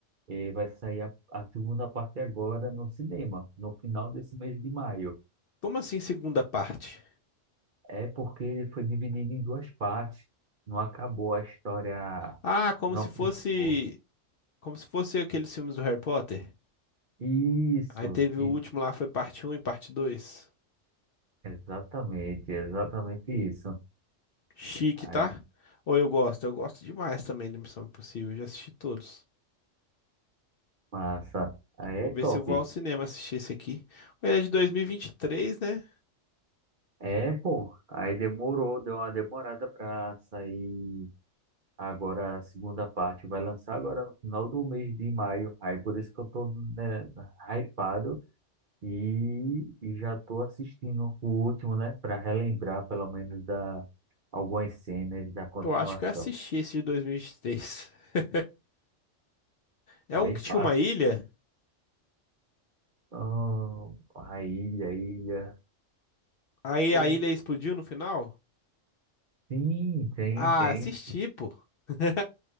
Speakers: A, on the right; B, on the left.
A: E vai sair a, a segunda parte agora no cinema, no final desse mês de maio.
B: Como assim segunda parte?
A: É porque ele foi dividido em duas partes. Não acabou a história,
B: Ah, como
A: não
B: se
A: acabou.
B: fosse, como se fosse aqueles filmes do Harry Potter.
A: Isso,
B: Aí teve
A: e-
B: o último lá, foi parte um e parte dois
A: exatamente, exatamente isso.
B: Chique,
A: Aí,
B: tá? Ou eu gosto, eu gosto demais também da Missão Impossível, eu já assisti todos.
A: massa. Aí
B: Vou
A: é top.
B: ver se eu vou ao cinema assistir esse aqui. Ele é de dois mil e vinte e três, né?
A: É, pô, aí demorou, deu uma demorada pra sair agora a segunda parte. Vai lançar agora no final do mês de maio. Aí por isso que eu tô, né, hypado e, e já tô assistindo o último, né, pra relembrar pelo menos da algumas cenas da continuação.
B: Eu acho que eu assisti esse de dois mil e e vinte e três. <laughs> É
A: Bem
B: um que tinha
A: fácil.
B: uma ilha,
A: Ah, a ilha, a ilha.
B: aí
A: Pô,
B: a ilha explodiu no final?
A: sim, tem,
B: Ah,
A: tem.
B: assisti, pô. <laughs>